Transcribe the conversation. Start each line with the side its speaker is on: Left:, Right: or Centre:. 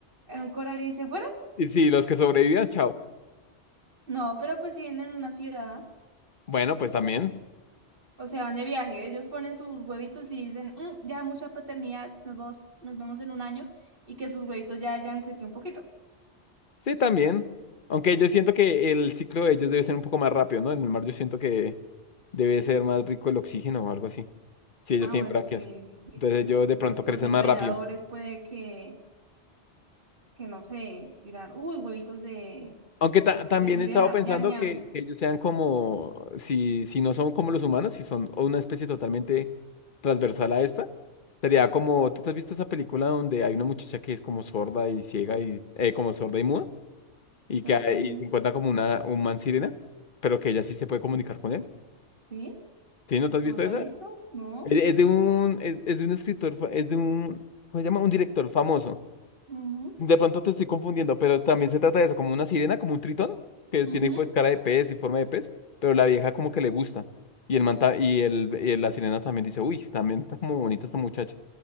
Right: en un coral y se fueran.
Left: Y si los que sobrevivan, chao.
Right: No, pero pues si vienen a una ciudad
Left: Bueno, pues también.
Right: o se van de viaje, ellos ponen sus huevitos y dicen, "Mm, ya mucha paternidad, nos vamos, nos vemos en un año y que sus huevitos ya hayan crecido un poquito.
Left: Sí, también. Aunque yo siento que el ciclo de ellos debe ser un poco más rápido, ¿no? En el mar yo siento que debe ser más rico el oxígeno o algo así. Si ellos
Right: Ah,
Left: tienen
Right: bueno,
Left: branquias.
Right: sí. Y
Left: Entonces
Right: pues
Left: ellos de
Right: los,
Left: pronto
Right: los
Left: crecen
Right: depredadores
Left: más rápido.
Right: puede que, que no sé, dirán, uy, huevitos de,
Left: Aunque ta- también
Right: de sirena,
Left: he estado pensando
Right: ñam, ñam.
Left: que, que ellos sean como, si, si no son como los humanos, si son una especie totalmente transversal a esta, sería como, ¿tú te has visto esa película donde hay una muchacha que es como sorda y ciega y, eh, como sorda y muda? Y
Right: Perdón,
Left: que hay- y se encuentra como una, un man sirena, pero que ella sí se puede comunicar con él.
Right: ¿Sí?
Left: ¿Sí? ¿No te has visto
Right: ¿No lo
Left: esa?
Right: ha visto? No.
Left: Es es de un, es, es de un escritor, fa- es de un, ¿cómo se llama? Un director famoso.
Right: Ujú,
Left: De pronto te estoy confundiendo, pero también se trata de eso, como una sirena, como un tritón, que
Right: ujú.
Left: tiene pues cara de pez y forma de pez, pero la vieja como que le gusta. Y el manta y el, y la sirena también dice, uy, también está como bonita esta muchacha.